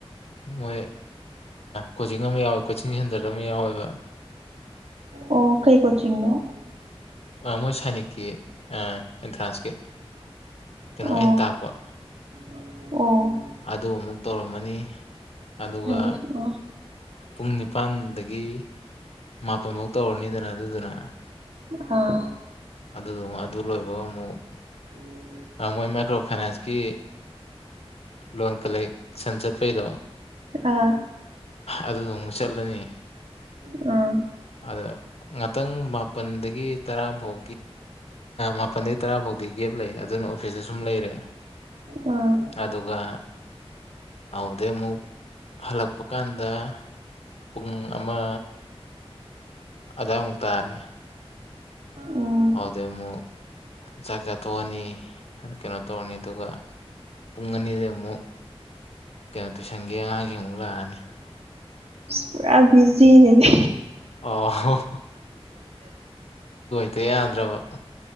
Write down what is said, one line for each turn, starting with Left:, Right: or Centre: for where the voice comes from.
Left: ꯃꯣꯏ ꯀꯣꯆꯤꯡ ꯑꯃ ꯌꯥꯎꯋꯦ ꯀꯣꯆꯤꯡ ꯁꯦꯟꯇꯔꯗ ꯑꯃ ꯌꯥꯎꯋꯦꯕ
Right: ꯑꯣ ꯀꯩ ꯀꯣꯆꯤꯡꯤꯡꯅꯣ
Left: ꯃꯣꯏ ꯁꯥꯏꯅꯤꯛꯀꯤ ꯑꯦꯟꯇ꯭ꯔꯥꯟꯁꯀꯤ ꯀꯩꯅꯣ
Right: ꯑꯣ
Left: ꯑꯦꯟꯇꯄ
Right: ꯑꯣ
Left: ꯑꯗꯨ ꯑꯃꯨꯛ ꯇꯧꯔꯝꯃꯅꯤ ꯑꯗꯨꯒ
Right: ꯐꯩꯌꯦ ꯑꯣ
Left: ꯄꯨꯡ ꯅꯤꯄꯥꯜꯗꯒꯤ ꯃꯥꯄꯟꯐꯧ ꯇꯧꯔꯅꯤꯗꯅ ꯑꯗꯨꯗꯨꯅ
Right: ꯑꯥ
Left: ꯑꯗꯨꯗꯨ ꯑꯗꯨ ꯂꯣꯏꯕꯒ ꯑꯃꯨꯛ
Right: ꯎꯝ
Left: ꯃꯣꯏ ꯃꯥꯏꯀ꯭ꯔꯣ ꯐꯥꯏꯅꯥꯟꯁꯀꯤ ꯂꯣꯟ ꯀꯂꯦꯛꯁꯟ ꯆꯠꯄꯩꯗꯣ
Right: ꯑ
Left: ꯑꯗꯨꯗ ꯑꯃꯨꯛ ꯆꯠꯂꯅꯤ
Right: ꯑ
Left: ꯑꯗ ꯉꯥꯛꯇꯪ ꯃꯥꯄꯜꯗꯒꯤ ꯇꯔꯥꯐꯥꯎ ꯃꯥꯄꯜꯗꯒꯤꯩ ꯇꯔꯥ ꯐꯥꯎꯗꯤ ꯒꯦꯞ ꯂꯩ ꯑꯗꯨꯅ ꯑꯣꯐꯤꯁꯇ ꯁꯨꯝ ꯂꯩꯔꯦ
Right: ꯑꯥ
Left: ꯑꯗꯨꯒ ꯑꯗꯨꯗꯩ ꯑꯃꯨꯛ ꯍꯜꯂꯛꯄ ꯀꯥꯟꯗ ꯄꯨꯡ ꯑꯃ ꯑꯗ ꯑꯃ ꯇꯥꯔꯦ
Right: ꯎꯝ
Left: ꯑꯗꯨꯥꯎꯗꯤꯩ ꯑꯃꯨꯛ ꯆꯥꯛ ꯆꯥꯊꯣꯛꯑꯅꯤ ꯀꯩꯅꯣ ꯇꯧꯔꯅꯤ ꯑꯗꯨꯒ ꯄꯨꯡ ꯑꯅꯤꯗ ꯑꯃꯨꯛ ꯀꯩꯅꯣ ꯇꯨꯏꯁꯟꯒꯤ ꯑꯉꯥꯡꯁꯤ ꯑꯃꯨꯛ ꯂꯥꯛꯑꯅꯤ
Right: ꯄꯨꯔꯥ ꯕꯤꯖꯤꯅꯦꯅꯦ
Left: ꯑꯣ ꯠꯇꯦꯗ꯭ꯔꯕ